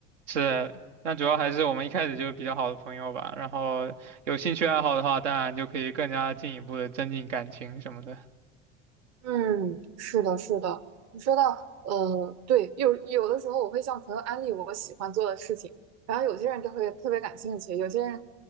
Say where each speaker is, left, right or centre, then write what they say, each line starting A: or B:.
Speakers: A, on the right; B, on the right.
A: 是，但主要还是我们一开始就是比较好的朋友吧。然后有兴趣爱好的话，当然就可以更加进一步的增进感情什么的。
B: 嗯，是的，是的。你说到，呃，对，有有的时候我会向朋友安利我喜欢做的事情，然后有些人就会特别感兴趣，有些人，